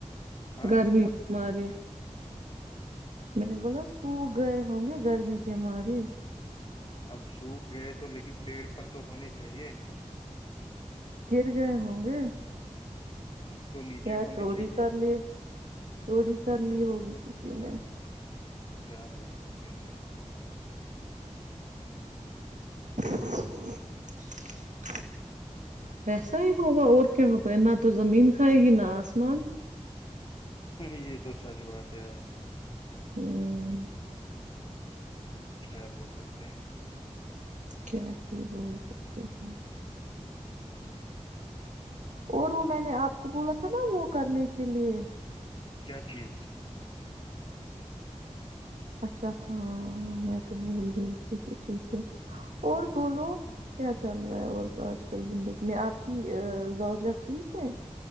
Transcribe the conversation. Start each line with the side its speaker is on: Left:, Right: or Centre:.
Left: ہاں
Right: گرمی مارے میں نے بولا سوکھ گئے ہوں گے گرمی کے مارے
Left: اب سوکھ گئے تو لیکن پیڑ پر تو ہونے چاہیے
Right: گر گئے ہوں گے
Left: تو نیچے
Right: یا
Left: ہونے
Right: چوری
Left: چاہیے
Right: کر لیے چوری کر لی ہوگی کسی نے
Left: کیا بول سکتے ہیں
Right: <inaudible> ویسا ہی ہوگا اور کیا ہوگا نہ تو زمین کھائے گی نہ آسمان
Left: نہیں یہ تو سچ بات ہے آپ کی
Right: ہوں
Left: کیا بول سکتے ہیں
Right: کیا ہی بول سکتے ہیں اور وہ میں نے آپ کو بولا تھا نا وہ کرنے کے لئے
Left: کیا چیز
Right: اچھا ہاں میں تو بھول گئی ٹھیک ہے ٹھیک ہے اور بولو کیا چل رہا ہے اور آج کل زندگی میں آپ کی زاؤ جہ ٹھیک ہے